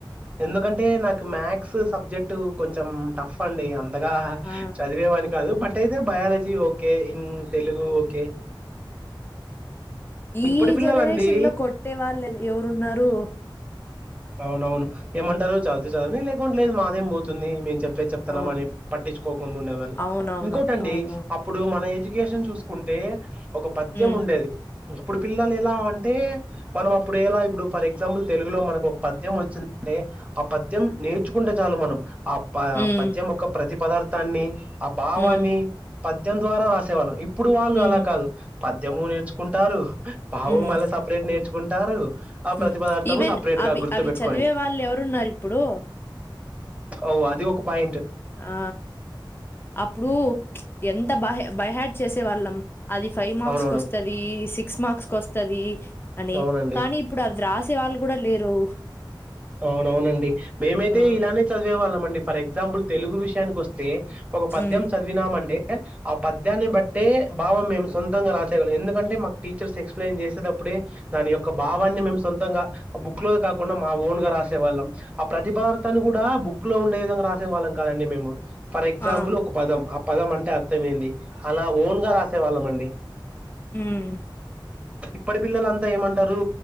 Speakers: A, on the right (about 15°); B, on the left (about 25°).
A: ఎందుకంటే నాకు మ్యాథ్స్ సబ్జెక్ట్ కొంచెం టఫ్ అండి అ తగా
B: ఆ
A: చదివేవాని కాదు బట్ అయితే బయాలజీ ఓకే ఇ తెలుగూ ఓకే
B: ఈ
A: ఇప్పటి పిల్లలండి
B: జనరేషన్ లో కొట్టే వాళ్ళు ఎవరున్నారూ
A: అవునవును ఏమంటరు చదువుతే చదవని లేకుంట్లేదు మాదేం పోతుంది మేము చెప్ప చెప్పేద్ చెప్తన్నాం
B: అవును
A: అని పట్టించుకోకుండా ఉండేవాళ్ళు
B: అవునవును
A: ఇంకోటండి
B: అవునవును
A: అప్పుడు మన ఎడ్యుకేషన్ చూసుకుంటే ఒక పద్యం
B: ఉమ్
A: ఉండేది ఇప్పుడు పిల్లలిలా ఉంటే మనం అప్పుడు ఎలా ఇప్పుడు ఫర్ ఎగ్జాంపుల్ తెలుగులో మనకొక పద్యం వచ్చిం అంటే ఆ పద్యం నేర్చుకుంటే చాలు మనం ఆ ప
B: ఉమ్
A: పద్యం యొక్క ప్రతి పదార్థాన్ని ఆ భావాన్ని
B: ఉమ్
A: పద్యం ద్వారా రాసేవాళ్ళం ఇప్పుడు వాళ్ళు
B: ఉమ్
A: అలా కాదు పద్యము నేర్చుకుంటారు భావం
B: ఉమ్
A: మళ్ళ సపరేట్ నేర్చుకుంటారు ఆ ప్రతిపదార్థము
B: మ్ ఈవెన్
A: సపరేట్
B: అవి
A: గా గుర్తుపెట్టుకొని
B: అవి చదివే వాళ్ళు ఎవరున్నారు ఇప్పుడు
A: అవు అది ఒక పాయింట్
B: ఆ అప్పుడు ఎంత బహి బైహాట్ చేసేవా వాళ్ళం అది ఫైవ్ మార్క్స్
A: అవునవును
B: కొస్తది సిక్స్ మార్క్స్ కొస్తది అని
A: అవునండి
B: కానీ ఇప్పుడు అవి రాసే వాళ్ళు కూడా లేరు
A: అవునవునండి మేమైతే
B: ఆ
A: ఇలానే చదివేవాళ్ళమండి ఫర్ ఎగ్జాంపుల్ తెలుగు విషయానికి వస్తే ఒక పద్యం
B: మ్
A: చదివినామంటే ఆ పద్యాన్ని బట్టే భావం మేము సొంతంగా రాసేవాళ్ళం ఎందుకంటే మాకు టీచర్స్ ఎక్స్ప్లెయిన్ చేసేటప్పుడే దాని యొక్క భావాన్ని మేము సొంతంగా ఆ బుక్లోది కాకుండా మా ఓన్గా రాసేవాళ్ళం ఆ ప్రతిపదార్ దాన్ని కూడా బుక్ లో ఉండే విధంగా రాసేవాళ్ళం కాదండి మేము ఫర్ ఎగ్జాంపుల్
B: ఆ
A: ఒక పదం. ఆ పదం అంటే అర్థమెంది అలా ఓన్గా రాసే వాళ్ళమండి.
B: ఉమ్
A: ఇప్పటి పిల్లలు అం అంత ఏమంటారు